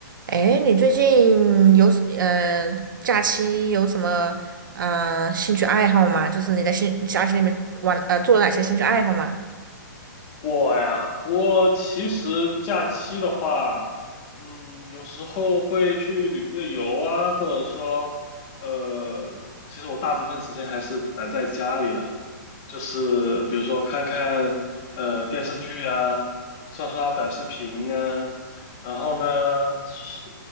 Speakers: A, on the right; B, on the left.
A: 哎，你最近有嗯、呃假期有什么嗯、呃兴趣爱好吗？就是你在兴假期里面玩呃做了哪些兴趣爱好吗？
B: 我呀，我其实假期的话，嗯，有时候会去旅个游啊，或者说，呃，其实我大部分时间还是宅在家里了，就是比如说看看呃电视剧啊，刷刷短视频啊，然后呢，是